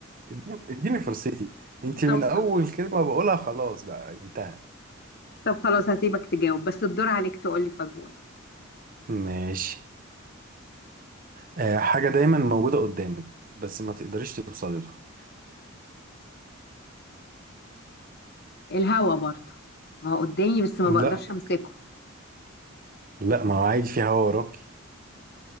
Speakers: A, on the right; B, on the left.
A: اديني اديني فرصتي انت من
B: طب
A: اول
B: خلاص
A: كلمة بقولها خلاص بقى انتهى
B: طب خلاص هسيبك تجاوب بس الدور عليك تقولي فزورة
A: ماشي آه حاجة دايما موجودة قدامك بس ما تقدريش توصلي لها
B: الهوا برضه ما هو قدامي بس ما
A: لا
B: بقدرش امسكه
A: لا ما هو عادي في هوا وراكي